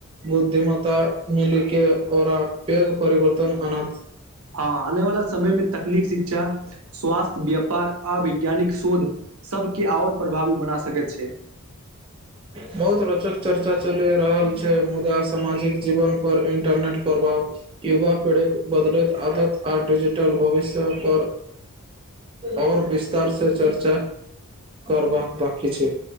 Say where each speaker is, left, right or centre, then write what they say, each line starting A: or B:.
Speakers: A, on the right (about 25°); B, on the right (about 75°).
A: बुद्धिम्ता मिली के ओकरा पैघ परिवर्तन अना।
B: हँ आने वालला समय मे तक। नीक शिक्षा स्वास्थ्य व्यापार आ वैज्ञानिक शोध। सबके आओर पर। भ भी बना सकै छै।
A: बहुत रोचक चर्चा चलि रहल छै मुदा सामाजिक जीवनपर इंटरनेट प्रभाव युवा पीढ़ीक बदलैत आदत आ डिजिटल भविष्यपर आओर विस्तारसँ चर्चा करबाक बाकी छै।